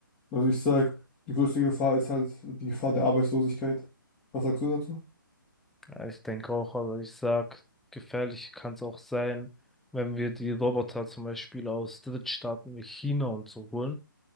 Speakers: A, on the left (about 15°); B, in the centre.
A: Also ich sag, die größte Gefahr ist halt die Gefahr der Arbeitslosigkeit. Was sagst du dazu?
B: Ja, ich denke auch, aber ich sag, gefährlich kann es auch sein, wenn wir die Roboter zum Beispiel aus Drittstaaten wie China und so holen.